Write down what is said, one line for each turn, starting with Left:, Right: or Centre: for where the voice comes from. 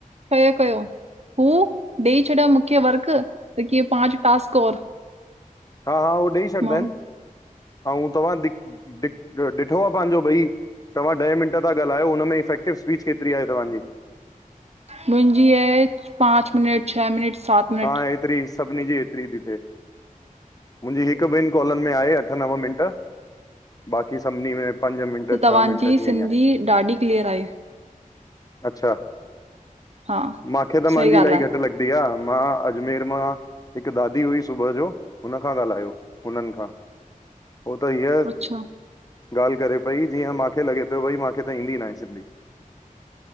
Right: कयो कयो हू ॾेई छॾां मूंखे वर्क त कीअ पांच टास्क और
Left: हा हा उह ॾेई छॾींदा
Right: मां
Left: आहिन ऐं तव्हां दि ॾिठो आहे पंहिंजो भई तव्ह ॾह मंट था ॻालायो हुन में इफेक्टिव स्पीच केतिरी आहे तव्हांजी
Right: मुहंजी आहे पांच मिनट छह मिनट सात मिनट
Left: हा एतरी सभिन जी एतिरी थी अचे मुंहिंजी हिक ॿिन कॉलन में आहे अठ नव मिंट बाक़ी सभिनी में पंज मिंट
Right: त
Left: छह
Right: तव्हांजी
Left: मिंट हीअं
Right: सिंधी
Left: ई आहे
Right: ॾाढी क्लीयर आहे
Left: अच्छा
Right: हा
Left: माखे त
Right: सही
Left: मुहिंजी
Right: ॻाल्हि
Left: इलाही
Right: आहे
Left: घट लॻ दि आं मां अजमेर मां हिक ॾाॾी हुई सुबह जो हुन खां ॻाल्हायो हुनन खां हो त हीअ
Right: अच्छा
Left: ॻाल्ह करे पई जीअं माखे लॻे पियो भई माखे त ईंदी नाहे सिंधी